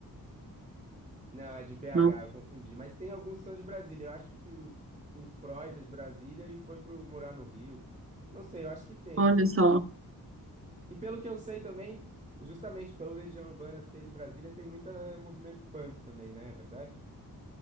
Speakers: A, on the right; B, on the right.
A: Não, é de BH,
B: Não.
A: eu confundi. Mas tem alguns que são de Brasília. Eu acho que o, o Freud é de Brasília e foi pro morar no Rio. Não sei, eu acho que tem,
B: Olha
A: viu?
B: só.
A: E pelo que eu sei também, justamente pelo Legião Urbana ser de Brasília, tem muito eh, movimento punk também, né? É verdade?